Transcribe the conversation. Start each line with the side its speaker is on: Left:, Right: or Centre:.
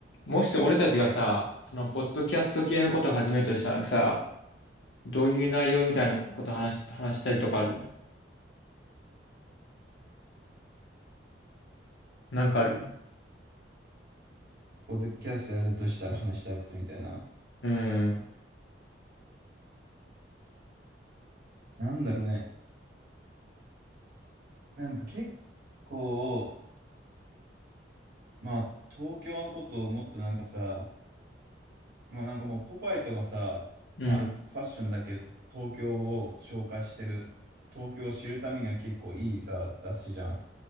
Left: もし俺たちがさ、そのポッドキャスト系のことを始めるとしたらさ、どういう内容みたいなこと話し、話したいとかあるなんかある
Right: ポッドキャストやるとしたら話したいことみたいな。
Left: うん。
Right: なんだろうね。なんか結構、まあ、東京のことをもっとなんかさ、まあなんかもうポパイとかさ、
Left: うん。
Right: まあファッションだけど、東京を紹介してる、東京を知るためには結構いいさ、雑誌じゃん。